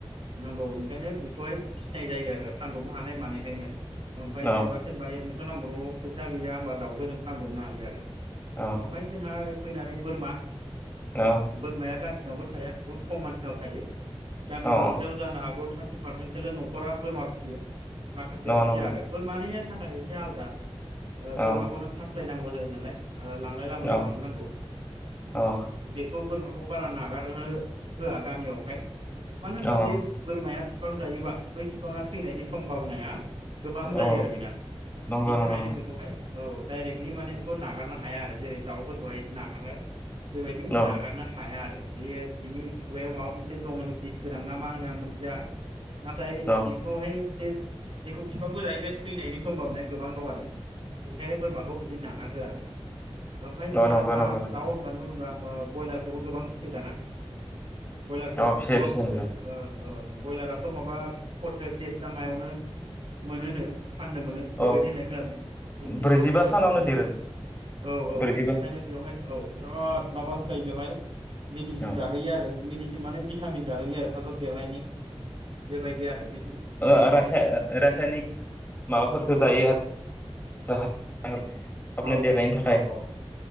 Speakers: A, on the right; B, on the left.
A: नंगौ ओंखायनो बेखौहाय बिसिनाय जायो आरो फानब्रबनो हानाय मानायखौ खायनो ओमफ्राय
B: न
A: जेनबा सोरबा एदमिन सन नाम्बाव फैसा गैया होमबा दाउखौ जों फानब्रबनो हायो आरो।
B: अ
A: ओमफ्राय जोंहा ओरै फैनानै बोरमा
B: अ
A: बोरमाया कासि <unintelligible> थाया बुहुत खम मानसिनाव थायो गामि
B: अ
A: दरसेयाव जानो हागौ थारथि थारटि पारसेन्टसोल' नख'रा बोरमा फियो माखासेया
B: न
A: फिसिया
B: नंगौ
A: आरो बोरमानि थाखाय से आलदा बोरमाखौ
B: औ
A: नों खासलायनांगौ जायो नालाय लांलाय लाबोलाय
B: औ
A: खालामनांगौ
B: औ
A: बेखौ बोरमा बेखौ बारा नागारनो होआ गामियावहाय मानो होनबा
B: औ
A: बे बोरमाया बिफां जायोबा बै बिफाङा थैनायनि सम्भाबनाया गोबां जायो
B: औ
A: आरो बेना
B: नंगौ
A: बिनि
B: नंगौ
A: थाखायनो
B: नोंथां
A: बेखौहाय औ डाइरेक्टलि माने बेखौ नागारनो हाया आरो जेरै दाउफोरखौहाय नागारो बेबायदि
B: औ
A: नागारनो हाया आरो। बे बिनि खुगायाव माबा मोनसे से दं होनो बिस गोनां ना मा होनो आं मिथिया नाथाय
B: औ
A: बेखौहाय बे जेखौ बिफांखौ जायो बे थैनायनि सम्भाबनाय गोबां दं आरो बेनिखायनो बोरमाखौ बिदिनो नागारहोआ आरो ओमफ्राय
B: औ
A: जोंहा
B: नंगौ
A: दा
B: नंगौ नोंथां
A: दाउ होनबानो जेङोबा ब्रयलारखौबो गोबां फियो दाना। ब्रयलारखौ
B: औ फिसियो
A: गोबां
B: फिसियो
A: फिसियो।
B: नोंथां
A: ब्रयलाराथ' माबा फर्टिफाइभ देस ना मायावनो मोनोनो। फाननो मोनो बेबायदि
B: औ
A: होननाय खोनादों एक किल'
B: ब्रैजिबा
A: देर
B: सानावनो
A: किल' औ
B: देरो
A: औ
B: ब्रैजिबा
A: ओंखायनो बेवहाय औ बिराद माबा होखायो। बेवहाय'- मेडिसिन
B: औ
A: जाहोयो आरो मेडिसिन बे माने भिटामिन जाहोयो आरो थाबथाब' देरनायनि बेबायदि आरो बिदि औ
B: रासायनिक माबाफोरखौ जायो आरो। <unintelligible> थाबनो
A: औ
B: देरनायनि थाखाय
A: औ औ